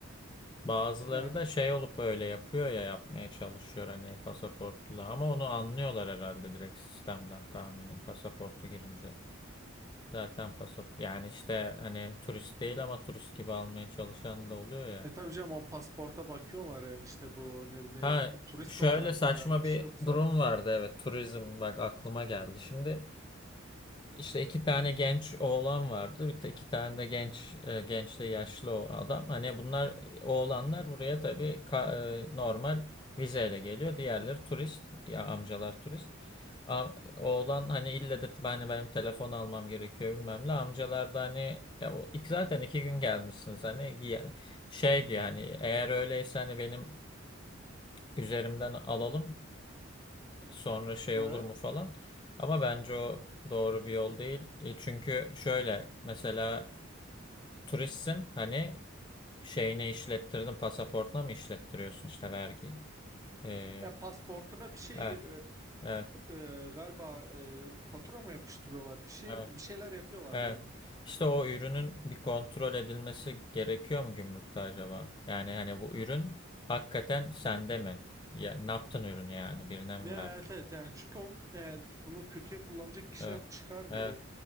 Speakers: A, on the left; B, on the right.
A: Bazıları
B: Yani
A: da şey olup öyle yapıyor ya yapmaya çalışıyor hani pasaportla ama onu anlıyorlar herhalde direkt sistemden tahminim pasaportu girince. Zaten pasaport yani işte hani turist değil ama turist gibi almaya çalışan da oluyor ya.
B: e tabii canım o pasporta bakıyorlar yani işte bu ne bileyim
A: Ha
B: e, turist
A: şöyle
B: olarak
A: saçma
B: mı gelmiş
A: bir
B: yoksa
A: durum vardı evet turizm bak aklıma geldi. Şimdi İşte iki tane genç oğlan vardı. Bir de iki tane de genç e, genç de yaşlı o adam. Hani bunlar e, oğlanlar buraya tabii ka- e, normal vizeyle geliyor. Diğerleri turist. Ya amcalar turist. A- Oğlan hani ille de ben benim telefon almam gerekiyor bilmem ne. Amcalar da hani ya o, iki, zaten iki gün gelmişsiniz hani ya- şey diyor hani eğer öyleyse hani benim üzerimden alalım sonra şey
B: evet
A: olur mu falan. Ama bence o doğru bir yol değil. E, Çünkü şöyle mesela turistsin hani şeyini işlettirdin pasaportuna mı işlettiriyorsun işte vergi. E,
B: ya pasportuna bir şey
A: evet,
B: e,
A: evet,
B: e, galiba e, fatura mı yapıştırıyorlar? Bir şey
A: evet,
B: bir şeyler yapıyorlar
A: evet.
B: yani.
A: İşte o ürünün bir kontrol edilmesi gerekiyor mu gümrükte acaba? Yani hani bu ürün hakikaten sende mi? Ya, ne yaptın ürünü yani birine mi
B: Ya,
A: verdin?
B: Evet evet yani çünkü onun evet, bunu kötüye kullanacak kişiler
A: Evet.
B: çıkar gibi.
A: Evet.